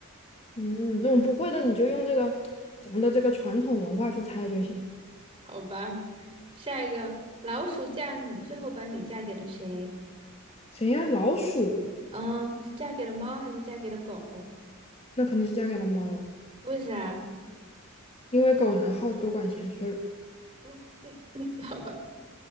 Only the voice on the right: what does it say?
好吧，下一个，老鼠嫁女，最后把女嫁给了谁？
嗯，是嫁给了猫还是嫁给了狗？
为啥？
嗯嗯嗯，嗯好吧。